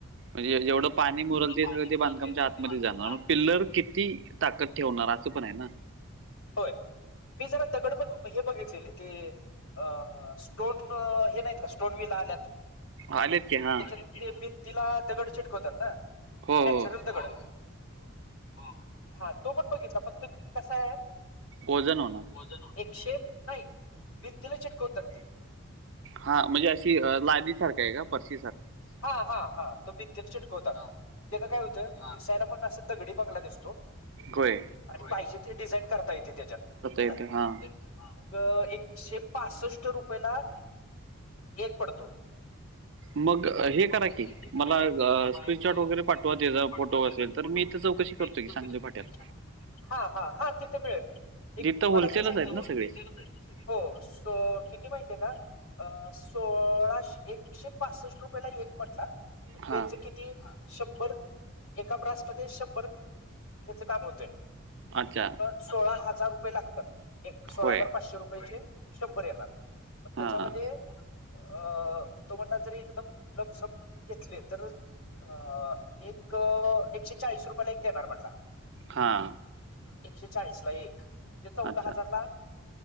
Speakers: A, on the right; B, on the left.
A: म्हणजे जेवढं पाणी मुरल ते
B: पाणी
A: सगळं ते बांधकामच्या आतमध्येध्ये
B: आमच्या
A: जाणार मग
B: आत
A: पिल्लर किती ताकद ठेवणार असं पण आहे ना.
B: होय. मी जरा दगड पण हे बघितलेले क अ स्टोन हे नाहीत का स्टोन ब ला आल्यात.
A: आलेत की हा.
B: त्याच्या ते बीतीला दगड चिटकवतात ना.
A: हो
B: नॅचरल
A: हो
B: दगड हो, हो, हा. तो पण बघितला फक्तं, कसा आहे.
A: वजन होना
B: वजन हो एकशे नाही, भीतीला चिटकवतात ते.
A: हा म्हणजे अशी अ लादी सारखा आहे का परशी सार
B: हा हा हा तो भिततीला चिटकवता, तेन काय होतं हा दिसायला पण अस दगडी बांगला दिसतो.
A: होय.
B: आणि पाहिजे ते डिझाईन करता येते त्याज्यात,
A: येतं
B: करता
A: हा
B: येतय. हा मग एकशे पाससट रुपये ला एक पडतो.
A: मग अ,
B: मग
A: करा
B: हे
A: की
B: करा
A: मला
B: की, मला
A: स्क्रीनशॉट
B: एकदा,
A: वगैरे
B: स्क्रीन
A: पाठवा
B: शॉट
A: त्याचा
B: वगैरे पाठवत
A: फोटो
B: तेज
A: असेल तर
B: फोटो
A: मी इथं
B: वसेल
A: चौकशी
B: तर.
A: करतो
B: मी इथं
A: की सांगली
B: चौकशी करतो
A: फाट्याला
B: की <unintelligible> हा हा हा तिथ मिळल. एक
A: तिथं
B: मला
A: होलसेलच
B: इथं सांगितल
A: आहेत ना
B: ओळखीचेच
A: सगळे
B: आहेत ना सगळे, हो सो किती माहिते आहे का? अ सोळाशे एकशे पासष्ट रुपयेला एक म्हटला, म
A: हां
B: तेच कि ती शंभर, एका ब्रास मध्ये शंभर, हेच काम होतय.
A: अच्छा.
B: सोळा हजार रुपये लागता, एक सोळा
A: होय
B: हजार पाचशे रुपयाचे शंभर येणार. म तेच्यामध्ये,
A: हां
B: अ, तो म्हणाला जर एकदम, लमसम, घेतले तर अ, एक एकशे चाळीस रुपयला एक देणार म्हटला.
A: हा.
B: एकशे चाळीस ला एक, म्हणजे चौदा
A: अच्छा
B: हजारला